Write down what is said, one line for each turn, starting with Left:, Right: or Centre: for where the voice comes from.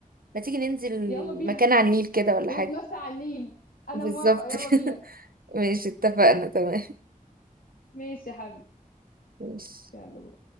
Right: ما تيجي ننزل
Left: يلا بينا
Right: مكان على النيل كده ولا
Left: ونتمشى
Right: حاجه
Left: على النيل انا
Right: بالظبط
Left: موافقه يلا
Right: كده
Left: بينا
Right: ماشي اتفقنا تمام
Left: ماشي يا حبيبي
Right: ماشي
Left: يلا